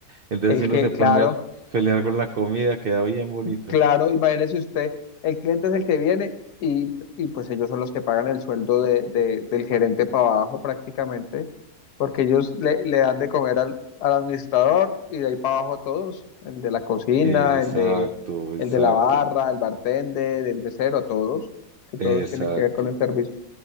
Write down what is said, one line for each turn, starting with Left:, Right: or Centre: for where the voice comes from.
Right: Entonces,
Left: el
Right: si uno
Left: que,
Right: se
Left: claro,
Right: pone a pelear con la comida, queda bien bonito.
Left: claro, imagínese usted, el cliente es el que viene y, y pues ellos son los que pagan el sueldo de, de- del gerente para abajo prácticamente. porque ellos le, le dan de comer al, al administrador y de ahí para abajo todos, el de la cocina,
Right: Exacto,
Left: el de,
Right: exacto,
Left: el de la barra, el bartender, el mesero, todos, que todos
Right: exacto.
Left: tienen que ver con el servicio.